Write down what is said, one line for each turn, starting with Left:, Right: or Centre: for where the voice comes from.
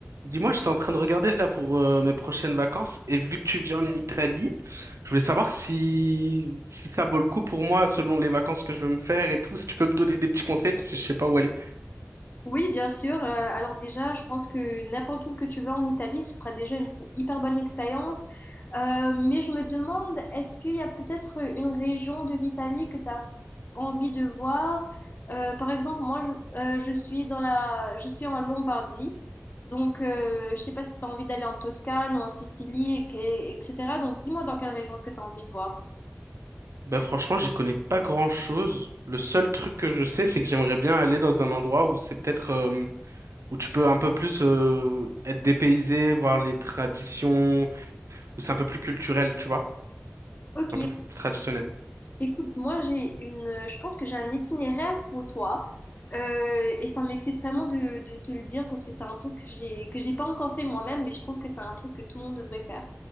Right: Dis-moi, j'étais en train de regarder là pour euh, mes prochaines vacances et vu que tu vis en Italie, je voulais savoir si, si ça vaut le coup pour moi selon les vacances que je veux me faire et tout, si tu peux me donner des petits conseils parce que je sais pas où aller.
Left: Oui, bien sûr. Euh, alors déjà, je pense que n'importe où que tu vas en Italie, ce sera déjà une hyper bonne expérience. Euh, mais je me demande, est-ce qu'il y a peut-être une région de l'Italie que tu as envie de voir? Euh, par exemple, moi, je, euh, je suis dans la, je suis en Lombardie. Donc, euh, je sais pas si tu as envie d'aller en Toscane ou en Sicile, et- et- etc. Donc, dis-moi dans quelle région est-ce que tu as envie de voir.
Right: Ben franchement, j'y connais pas grand-chose. Le seul truc que je sais, c'est que j'aimerais bien aller dans un endroit où c'est peut-être euh, où tu peux un peu plus euh, être dépaysé, voir les traditions, où c'est un peu plus culturel, tu vois,
Left: Ok,
Right: un peu plus traditionnel.
Left: Écoute, moi j'ai une, je pense que j'ai un itinéraire pour toi Euh, et ça m'excite tellement de, de te le dire parce que c'est un truc que j'ai que j'ai pas encore fait moi-même mais je trouve que c'est un truc que tout le monde devrait faire.